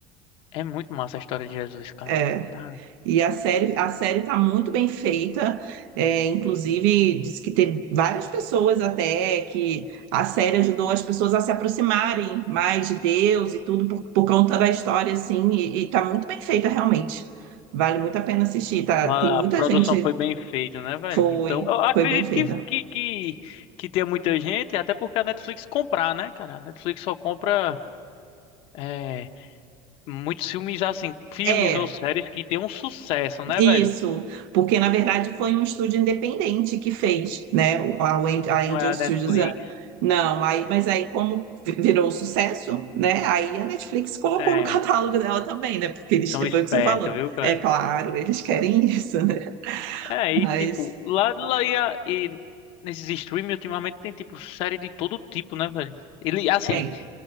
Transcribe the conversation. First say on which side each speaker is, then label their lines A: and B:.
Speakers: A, on the left; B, on the right.
A: É muito massa a história de Jesus, cara.
B: é.
A: Tá.
B: E a série, a série tá muito bem feita, é, inclusive diz que teve várias pessoas até que a série ajudou as pessoas a se aproximarem mais de Deus e tudo por, por conta da história, assim, e, e tá muito bem feita realmente. Vale muito a pena assistir, tá?
A: Vale,
B: Tem muita
A: A produção
B: gente,
A: foi bem feita, né, velho?
B: foi,
A: Então, eu acredito
B: foi bem feita.
A: que, que, que, que tenha muita gente, até porque a Netflix comprar, né, cara? A Netflix só compra é, muitos filmes, assim, filmes
B: É,
A: ou séries que tem um sucesso, né,
B: Isso,
A: velho?
B: porque na verdade foi um estúdio independente que fez, né? A Wen- a
A: Não
B: Angel
A: é
B: Studios.
A: a Netflix.
B: ah, Não, aí, mas aí como vi- virou um sucesso, né? Aí a Netflix colocou
A: É,
B: no <laughs> catálogo dela também, né? Porque eles,
A: são espertos,
B: foi o que você falou.
A: viu, cara?
B: É claro, eles querem <laughs> isso, né?
A: É,
B: Mas
A: e tipo, lá, lá e, a- e nesses streams ultimamente tem tipo série de todo tipo, né, velho? Ele, assim,
B: tem.